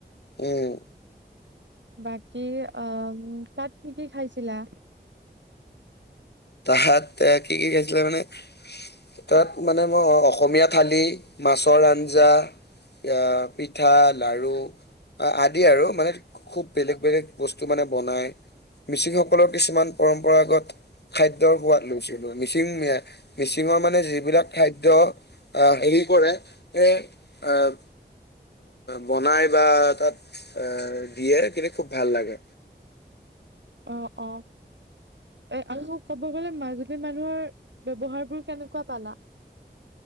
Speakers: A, on the left; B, on the right.
A: উম।
B: বাকী অ তাত কি কি খাইছিলা?
A: তাহাত এ কি কি খাইছিলে মানে তাত মানে মই অসমীয়া থালি, মাছৰ আঞ্জা, আহ পিঠা, লাৰু অ আদি আৰু মানে খুব বেলেগ বেলেগ বস্তু মানে বনাই। মিচিং সকলৰ কিছুমান পৰম্পৰাগত খাদ্যৰ সোৱাদ লৈছিলো। মিচিং মিচিঙৰ মানে যিবিলাক খাদ্য আহ হেৰি কৰে এ আহ বনাই বা তাত দিয়ে সেইখিনি খুব ভাল লাগে।
B: অ অ। এ আৰু ক'ব গ'লে মাজুলী মানুহৰ ব্যৱহাৰ বোৰ কেনেকুৱা পালা?